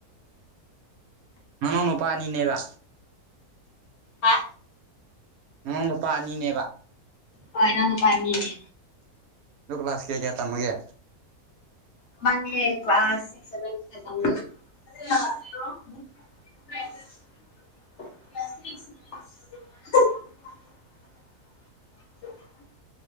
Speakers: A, on the right; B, on the left.
A: ꯉꯅꯥꯎ ꯅꯨꯄꯥ ꯑꯅꯤꯅꯦꯕ
B: ꯍꯥ
A: ꯅꯅꯥꯎ ꯅꯨꯄꯥ ꯑꯅꯤꯅꯦꯕ
B: ꯑ ꯏꯅꯥꯎ ꯅꯨꯄꯥ ꯑꯅꯤꯅꯦ
A: ꯑꯗꯣ ꯀ꯭ꯂꯥꯁ ꯀꯌꯥ ꯀꯌꯥ ꯇꯝꯃꯒꯦ
B: ꯑꯃꯅꯦ ꯀ꯭ꯂꯥꯁ ꯁꯤꯛ ꯁꯕꯦꯟ <inaudible> <unintelligible>